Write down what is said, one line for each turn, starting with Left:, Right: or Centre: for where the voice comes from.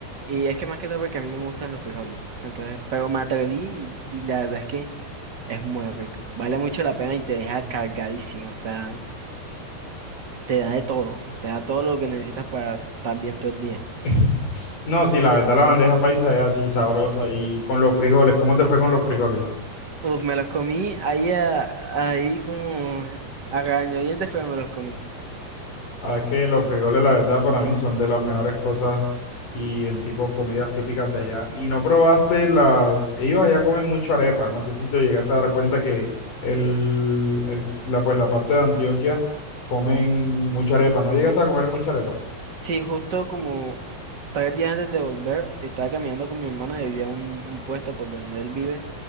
Right: Y es que más que todo porque a mí no me gustan los frijoles. Entonces, pero me atreví y y la verdad es que... Es muy rico. Vale mucho la pena y te deja cargadísimo. O sea, te da de todo. Te da todo lo que necesitas para estar bien todo el día.
Left: <laughs> No, sí, la verdad la bandeja paisa es así sabrosa y con los frijoles, ¿cómo te fue con los frijoles?
Right: Uf, me los comí ahí, a- ahí como a regañadientes, pero me los comí.
Left: Ah, es que los frijoles la verdad para mí son de las mejores cosas y en tipo comidas típicas de allá. Y no probaste las, ellos allá comen mucho arepa, no sé si te llegaste a dar cuenta que el, el- la, pues, la parte de Antioquia comen mucha arepa, ¿no llegaste a comer mucha arepa?
Right: Sí, justo como tres días antes de volver, estaba caminando con mi hermano y había un, un puesto por donde él vive,